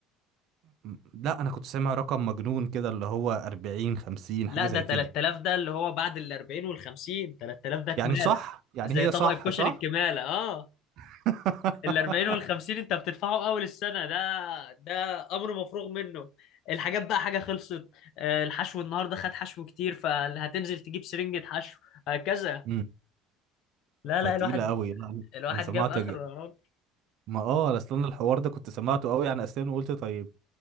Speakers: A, on the right; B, on the left.
A: م- لا انا كنت سامع رقم مجنون كده اللي هو 40 50
B: لا
A: حاجه زي
B: ده 3000
A: كده
B: ده اللي هو بعد ال 40 وال 50 3000 ده كمالة
A: يعني صح يعني
B: زي
A: هي
B: طبق
A: صح
B: الكشري
A: صح
B: الكمالة اه
A: <laughs>
B: ال 40 وال 50 انت بتدفعه اول السنه ده ده امر مفروغ منه الحاجات بقى حاجه خلصت آه، الحشو النهارده خد حشو كتير فهتنزل تجيب سرنجه حشو هكذا
A: امم
B: لا
A: فتقيله
B: لا الواحد
A: قوي لا
B: الواحد
A: انا سمعت
B: جاب اخره يا راجل
A: ما اه اصلا الحوار ده كنت سمعته قوي عن اسنان وقلت طيب